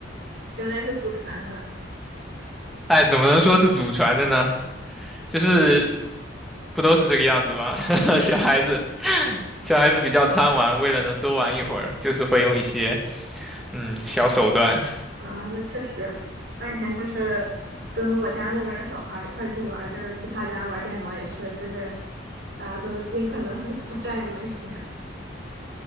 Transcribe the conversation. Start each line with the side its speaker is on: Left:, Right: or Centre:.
Right: 原来是祖传的
Centre: <laughs> 哎，怎么能说是祖传的呢？就是不都是这个样子吗？<laughs> 小孩子，小孩子比较贪玩，为了能多玩一会儿，就是会用一些嗯小手段。
Right: 啊，那确实。我以前就是跟我家那边儿的小孩儿一块儿去玩儿就是去他家玩儿电脑也是，就是大家都尽可能的多占用一些。